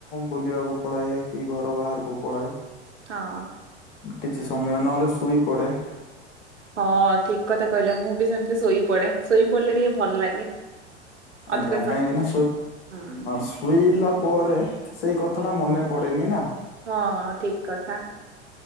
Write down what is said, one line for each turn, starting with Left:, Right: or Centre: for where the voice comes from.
Left: ବୁଲିବାକୁ ପଳାଏ କି ଘର ବାହାରକୁ ପଳାଏ।
Right: ହଁ।
Left: କିଛି ସମୟ ନହେଲେ ଶୋଇ ପଡେ।
Right: ହଁ ଠିକି କଥା କହିଲେ। ମୁଁ ବି ସେମିତି ଶୋଇ ପଡେ। ଶୋଇ ପଡ଼ିଲେ ଟିକେ ଭଲ ଲାଗେ।
Left: ଆଜ୍ଞା
Right: ଅଧିକ ସମ
Left: କାହିଁକି ନା
Right: ହଁ।
Left: ଶୋଇ ଲା ପରେ ସେଇ କଥାଟା ମନେ ପଡ଼େନି ନା।
Right: ହଁ ଠିକ୍ କଥା।